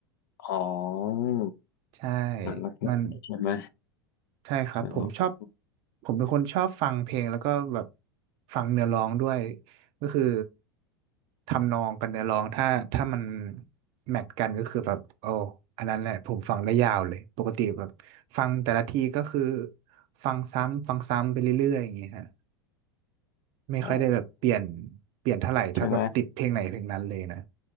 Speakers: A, on the left; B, on the right.
A: อ๋อ
B: ใช่
A: หนักรักแค่ไหนใช่ไหม
B: มัน ใช่ครับผมชอบ
A: อ๋อ
B: ผมเป็นคนชอบฟังเพลงแล้วก็แบบฟังเนื้อร้องด้วยก็คือทำนองกับเนื้อร้องถ้าถ้ามันแมทกันก็คือแบบโอ้อันนั้นแหละผมฟังได้ยาวเลยปกติแบบฟังแต่ละทีก็คือฟังซ้ำฟังซ้ำไปเรื่อยๆอย่างเงี้ยฮะไม่ค่อยได้แบบเปลี่ยน
A: อ๋อ
B: เปลี่ยนเท่าไหร่ถ้าแบบติดเพลงไหนเพลงนั้นเลยนะ
A: ใช่ไหม